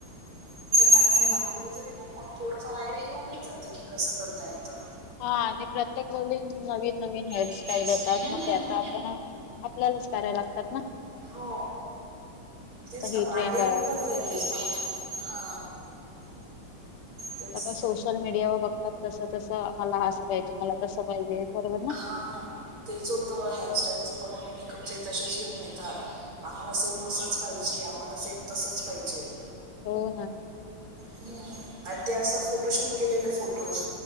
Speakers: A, on the right (about 65°); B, on the left (about 80°).
A: ंड दाखवलं जरी मग थोडंफार आयडिया येऊन नाही जात की कस करता येतं.
B: हा आणि प्रत्येक वेळी नवीन नवीन हेअर
A: हम्म
B: सटाईल येतात मग
A: हम्म
B: ते आता आपण. आपल्यालाच कराय लागतात ना.
A: हो. तेच
B: आता हे
A: ना मग
B: ट्रेंड
A: आयडिया
B: आहे.
A: घऊन जाते लगेज माहि नाही हा. तेच
B: आता का सोशल मीडिया व बघतात तसं तसं आम्हाला असं पाहिजे मला तसं पाहिजे बरोबर ना.
A: हा तेच होतं हेअरस्टाईलचं पण आणि मेकअपचही तसेच घेऊन येतात. आम्हाला सेम असंच पाहिजे आम्हाला सेम तसच पाहिजे.
B: हो ना.
A: हम्म आणि ते असतात फोटोशूट केलेले फोटोज